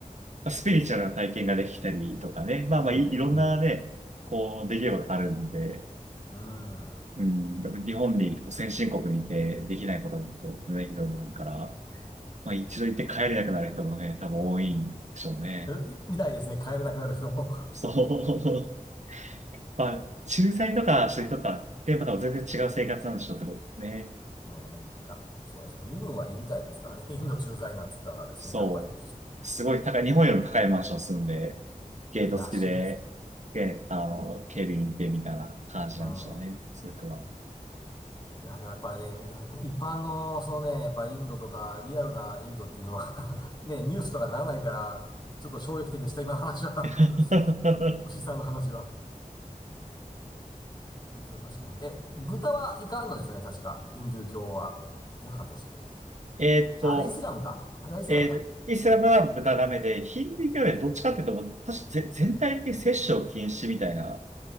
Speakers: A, on the right; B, on the left.
A: まあスピリチュアルな体験ができたりとかね、まあまあい、
B: うん、
A: いろんなね、
B: うん、
A: こう、出来事があるんで、
B: うん。
A: うん、やっぱ日本にこう先進国にいてできないことだとね、いろいろあるから、まあ一度行って帰れなくなる人もね、多分多いんでしょうね。
B: えいみたいですね。帰れなくなる人も。<laughs>
A: そう。<laughs> まあ、駐在とかしてる人とかって、また全然違う生活なんでしょうけどね。
B: うん、あ、そうですね。身分はいいみたいですからね。インド駐在なんつったらですね、
A: そう。
B: やっぱり、
A: すごい高い、日本よりも高いマンション住んで、ゲート付きで、
B: らしいですね。
A: で、あの、警備員いてみたいな感じなんでしょうね。
B: うん。
A: そういう人は。
B: いや、でもやっぱりね、一般の、そのね、やっぱインドとか、リアルなインドっていうのは <laughs> ね、ニュースとかならないから、ちょっと衝撃的でした、今の話は
A: <laughs>
B: <laughs> 牛さんの話は。ヒンドゥー教、確かに。え、豚はいかんのですね、確か。ヒンドゥー教は。じゃなかったでしたっけ
A: えーっと、
B: じゃあ、あれイスラムか。あれはイスラムだ。
A: えーイスラムは豚ダメで、ヒンディー教はねどっちかっていうと、もう確かぜ全体的に摂取を禁止みたいな、